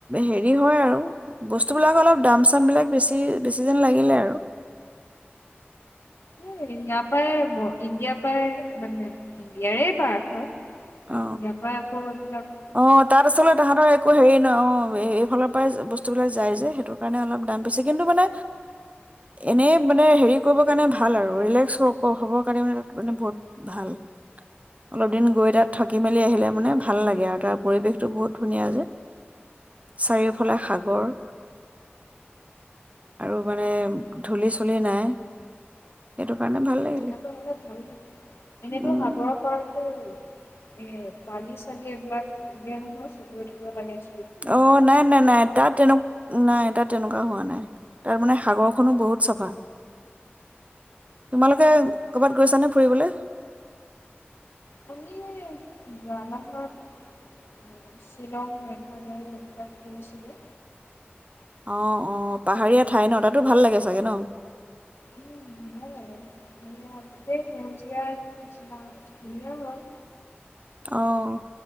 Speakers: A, on the right; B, on the left.
A: হেৰি হয় আৰু বস্তুবিলাক অলপ দাম চামবিলাক বেছি বেছি যেন লাগিলে আৰু
B: ইয়াৰ পৰাই ইণ্ডিয়াৰ পৰাই মানে ইণ্ডিয়াৰে পাৰট হয়
A: অ
B: ইয়াপা আকৌ আপোনাক
A: অ তাত আচলতে তাহাঁতৰ একো হেৰি নহ অ এইফালত বস্তুবিলাক যাই যে সেইটো কাৰণে অলপ দাম বেচি কিন্তু মানে এনেই মানে হেৰি কৰিবৰ কাৰণে ভাল আৰু ৰিলেক্স হ'বৰ কাৰণে মানে বহুত ভাল অলপ দিন গৈ তাত থাকি মেলি আহিলে মানে ভাল লাগে আৰু তাৰ পৰিৱেশটো বহুত ধুনীয়া যে চাৰিওফালে সাগৰ আৰু মানে
B: উম,
A: ধূলি চুলি নাই সেইটো কাৰণে ভাল লাগিলে
B: তেনেকা হলে ভাল লাগে এনেতো
A: উম
B: সাগৰ পৰাতটো এ বালি চালি এইবিলাক নহয় নহয় চকুয়ে তকুয়ে লাগে চ
A: অ নাই নাই নাই তাত তেনে নাই তাত তেনেকুৱা হোৱা নাই তাৰ মানে সাগৰখনো বহুত চাফা তোমালোকে কৰ'বাত গৈছানে ফুৰিবলৈ
B: আমি যোৱা মাহত শ্বিলং মেঘালয় এবিলাক ফুৰিছোগে
A: অ অ পাহাৰীয়া ঠাই ন তাতো ভাল লাগে চাগে ন
B: উম ধুনীয়া লাগে হেই হয় গোটেই সেউজীয়া নিচিনা ধুনীয়া হয়
A: অহ